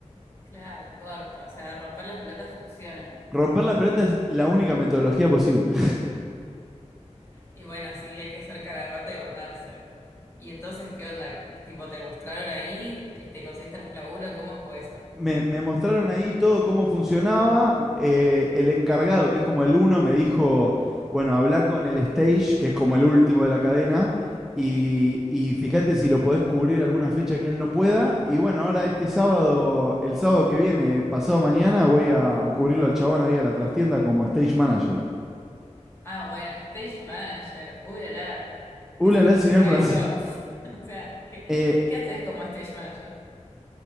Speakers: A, on the left; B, in the centre.
A: Claro, corta. O sea, romper las pelotas funciona.
B: Romper las pelotas es la única metodología posible.
A: Y bueno, sí, hay que ser cara de rata y mandarse. Y entonces, ¿qué onda? Tipo, ¿te mostraron ahí? ¿Te te conseguiste algún laburo? ¿Cómo fue eso?
B: me, me mostraron ahí todo cómo funcionaba. eh, el encargado, que es como el uno, me dijo, bueno, habla con el stage, que es como el último de la cadena, y, y fíjate si lo podés cubrir alguna fecha que él no pueda. Y bueno, ahora este sábado, el sábado que viene, pasado mañana, voy a cubrirlo al chabón ahí a la trastienda como stage manager.
A: Ah, bueno, stage manager. Uh, la, la. ¿Qué
B: Ulala,
A: significa
B: señor francés.
A: eso? <laughs> O sea, ¿qué,
B: Eh,
A: qué haces como stage manager?